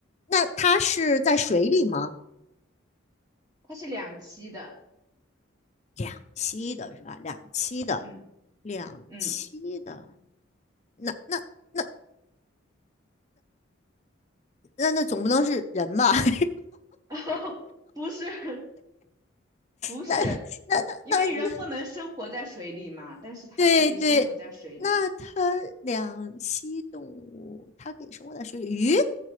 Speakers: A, on the left (about 35°); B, on the right (about 20°).
A: 那它是在水里吗？
B: 它是两栖的，
A: 两栖的是吧？两栖的，
B: 嗯
A: 两栖的，
B: 嗯。
A: 那那那那那总不能是人吧？<laughs>
B: <laughs> 哦，不是不是，
A: 那那那那，
B: 因为人不能生活在水里嘛，
A: 那
B: 但是它可以生活在水里。
A: 对对，那它两栖动物，它可以生活在水里，鱼，